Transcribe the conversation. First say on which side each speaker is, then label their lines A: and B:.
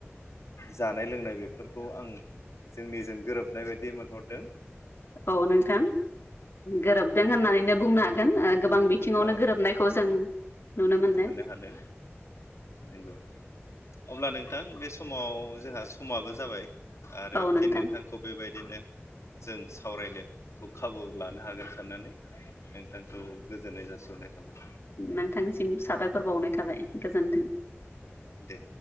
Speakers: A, on the left; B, on the left.
A: जानाय लोंनाय बेफोरखौ आं जोंनिजों गोरोबनाय बायदि मोनहरदों
B: औ नोंथां गोरोबदों होननानैनो बुंनो हागोन ओ गोब बां बिथिङावनो
A: औ
B: गोरोबनायखौ जों नुनो मोनो
A: मोननो हादों नंगौ अब्ला नोंथां बे समाव जोंहा समाबो जाबाय आरो
B: औ
A: फिन
B: नोंथां
A: नोंथांखौ बेबायदिनो जों सावरायनो खौ खाबु लानो हागोन साननानै नोंथांखौ गोजोननाय जासिहरनाय थाबाय
B: नोंथांनिसिम साबायखर बावनाय थाबाय गोजोन्थों
A: दे